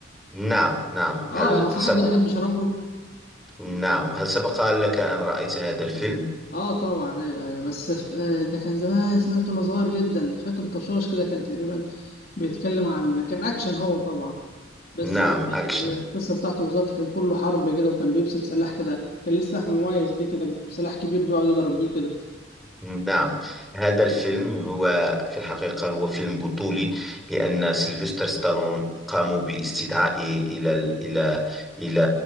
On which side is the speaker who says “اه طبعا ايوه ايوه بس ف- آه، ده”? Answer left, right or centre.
Left